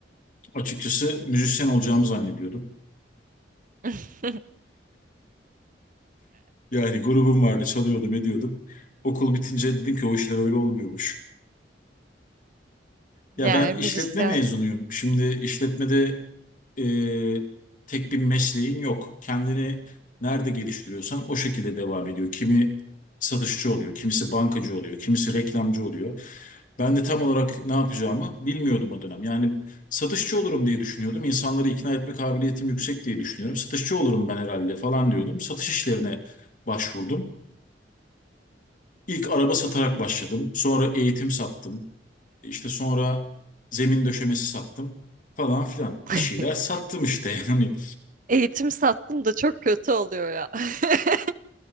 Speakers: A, on the left (about 50°); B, on the right (about 50°).
A: açıkçası müzisyen olacağımı zannediyordum.
B: <laughs>
A: Yani grubum vardı, çalıyordum, ediyordum. Okul bitince dedim ki o işler öyle olmuyormuş. Ya
B: Yani
A: ben işletme
B: müzisyen
A: mezunuyum. Şimdi işletmede e, tek bir mesleğin yok. Kendini nerede geliştiriyorsan o şekilde devam ediyor. Kimi satışçı oluyor, kimisi bankacı oluyor, kimisi reklamcı oluyor. Ben de tam olarak ne yapacağımı bilmiyordum o dönem. Yani satışçı olurum diye düşünüyordum. İnsanları ikna etme kabiliyetim yüksek diye düşünüyorum. Satışçı olurum ben herhalde falan diyordum. Satış işlerine başvurdum. İlk araba satarak başladım. Sonra eğitim sattım. İşte sonra zemin döşemesi sattım falan filan.
B: <laughs>
A: Bir şeyler sattım işte <laughs> yani.
B: eğitim sattım da çok kötü oluyor ya. <laughs>